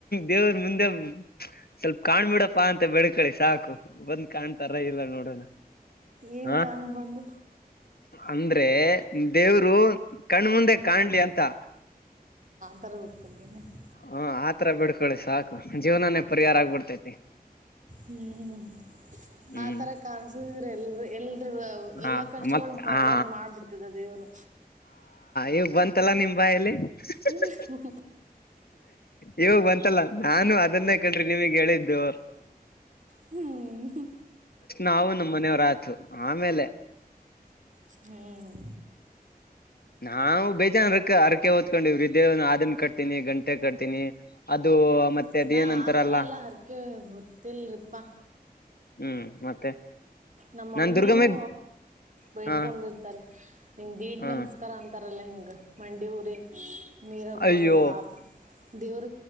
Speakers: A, on the left (about 75°); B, on the right (about 50°).
A: ದೇವರ್ ಮುಂದೆ. <inaudible> ಸ್ವಲ್ಪ ಕಾಣ್ಬಿಡಪ್ಪಾ ಅಂತ ಬೇಡಿಕೋ. ಬೇಡಕೋಳಿ ಸಾಕು ಬಂದ್ ಕಾಣ್ತಾರ ಇಲ್ಲ ನೋಡೋಣ.
B: ಏನು
A: ಹ
B: ಕಾಣುತ್ತೆ ಬಂದು.
A: ಅಂದ್ರೆ. ದೇವ್ರು ಕಣ್ಮುಂದೆ ಕಾಣ್ಲಿ ಅಂತ.
B: <unintelligible>
A: ಹ ಆತರ ಬೇಡ್ಕೊಳ್ಳಿ ಸಾಕು ಜೀವನಾನೇ. ಪರಿಹಾರ ಆಗ್ಬಿಡ್ತೈತಿ
B: ಹ್ಮ್
A: ಹ್ಮ್
B: ಆತರ ಕಾಣ್ಸುದಿದ್ರ ಎಲ್ಲರೂ. <unintelligible> ಅ
A: ಹಾ
B: ಎಲ್ಲಾ ಕಷ್ಟಗಳ
A: ಮತ್
B: ಪರಿಹಾರ
A: ಹಾ
B: ಮಾಡ್ಬಿಡ್ತಿದ ದೇವ್ರು.
A: ಈಗ ಬಂತಲ್ಲಾ ನಿಮ್ಮ್ ಬಾಯಲ್ಲಿ. <unintelligible>
B: ಹ್ಞೂ
A: ಇವಾಗ ಬಂತಲ್ಲ ನಾನು ಅದನ್ನೇ ಕಂಡ್ರಿ ನಿಮಗ್ ಹೇಳಿದ್ದು.
B: ಹ್ಞೂ
A: ನಾವು ನಮ್ಮ್ ಮನೆಯವ್ರ ಆತು. ಆಮೇಲೆ.
B: ಹ್ಮ್.
A: ನಾವು ಬೇಜಾನ. ಅರಕೆ ಹೊತ್ಕೊಂಡಿವ್ರಿ <unintelligible> ಕಟ್ತೀನಿ ಗಂಟೆ ಕಟ್ತೀನಿ ಅದು. ಮತ್ತೆ
B: ಅಲ್ಲ
A: ಅದೇನಂತಾರಲ್ಲ
B: ಆತರ ಎಲ್ಲಾ ಅರ್ಕೆ ಹೊತಿಲ್ರಪ್ಪ.
A: ಹ್ಮ್ ಮತ್ತೆ.
B: ನಮ್ಮಮ್ಮಿನೂ
A: ನಾನ್ ದುರ್ಗಮ್ಮೆಗ್
B: ಬೇಡ್ಕೊಂಡಿರ್ತಾರೆ
A: ಹಾ
B: ನಿಮ ದೀಡ್
A: ಹಾ
B: ನಮಸ್ಕಾರ ಅಂತ. ತಾರಲ್ಲ ಹಿಂಗ ಮಂಡಿ ಊರಿ. ನೀರು ಹಾಕ್ಕೊಂಡಲ್ಲ
A: ಅಯ್ಯೋ
B: ಆ ಥರ. ದೇವ್ರ